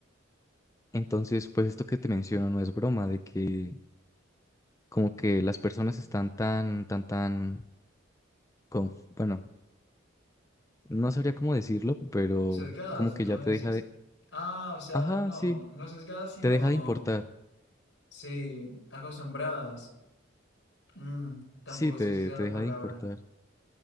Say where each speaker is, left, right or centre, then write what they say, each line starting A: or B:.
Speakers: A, on the left (about 15°); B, on the left (about 75°).
A: entonces, pues esto que te menciono no es broma, de que como que las personas están tan, tan, tan, con, bueno, no sabría cómo decirlo, pero
B: Sesgadas,
A: como
B: ¿no
A: que ya
B: me
A: te
B: decías?
A: deja de,
B: Ah, o sea,
A: ajá,
B: no,
A: sí,
B: no sesgadas, sino,
A: te deja de importar,
B: sí, acostumbradas. Mm, tampoco
A: sí, te,
B: sé si sea
A: te
B: la
A: deja
B: palabra.
A: de importar.